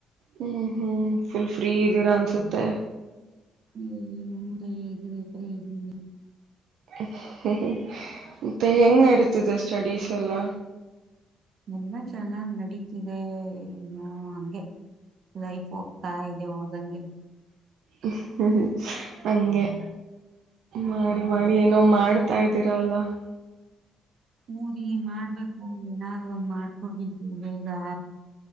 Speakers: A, on the right; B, on the right.
A: ಹ್ಮ್ ಹ್ಮ ಫುಲ್ ಫ್ರೀ ಇದ್ದೀರಾ ಅನ್ಸತ್ತೆ.
B: ಹ್ಮ್ ಹ್ಮ್ ಫ್ರೀ ಇದೀನಿ ಫ್ರೀ ಇದೀನಿ.
A: ಹ್ಮ್ ಹ್ಮ್ ಯಪ್ಪ ಹೆಂಗ್ ನಡೀತ್ತಿದೆ ಸ್ಟಡೀಸ್ ಎಲ್ಲ.
B: ನಮ್ಮ ಚೆನ್ನಾಗ್ ನಡೀತು. ತಿದೆ ಏನೋ ಹಂಗೆ. ಲೈಫ್ ಹೋಗ್ತಾ ಇದೆ ಹ. ದಂಗೆ.
A: ಹಃ ಹಃ ಹ ಹಾಂಗೆ. ಮಾಡಿ,
B: ಹೌದು
A: ಮಾಡಿ, ಏನೋ ಮಾಡ. <inaudible> ಹತಾ, ಇದ್ದೀರಲ್ಲ? <inaudible>
B: ಹರಿೀ, ಮಾಡ್ಬೇಕು? <inaudible> ಹ್ಮ, ಏನಾದರೂ, ಒಂದ್. ಮಾಡ್ಕೊೋಗಿದವಿ ಬೇಗ? <inaudible>